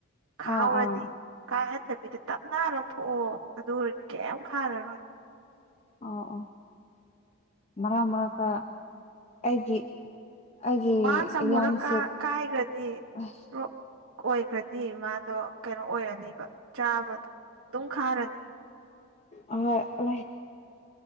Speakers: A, on the right; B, on the left.
A: ꯈꯥꯎꯔꯗꯤ
B: ꯑꯥ ꯑꯥ
A: ꯀꯥꯏꯍꯟꯗꯕꯤꯗ ꯇꯞꯅ ꯂꯧꯊꯣꯛꯑꯣ ꯑꯗꯨ ꯑꯣꯏꯔꯗꯤ ꯀꯩ ꯈꯥꯔꯔꯣꯏ
B: ꯑꯣ ꯑꯣ ꯃꯔꯥꯡ ꯃꯔꯥꯡꯀ ꯑꯩꯒꯤ ꯑꯦ
A: ꯋꯥꯟꯁ ꯑꯃꯨꯔꯛ
B: ꯌꯥꯥꯡꯁꯦ
A: ꯀꯥ ꯀꯥꯏꯈ꯭ꯔꯗꯤ
B: ꯑꯁ
A: ꯕ꯭ꯔꯣꯛ ꯑꯣꯏꯈ꯭ꯔꯗꯤ ꯃꯥꯗꯣ ꯀꯩꯅꯣ ꯑꯣꯏꯔꯅꯤꯕ ꯆꯥꯕꯗꯣ ꯑꯗꯨꯝ ꯈꯥꯔꯅꯤ
B: ꯑꯣꯏ ꯑ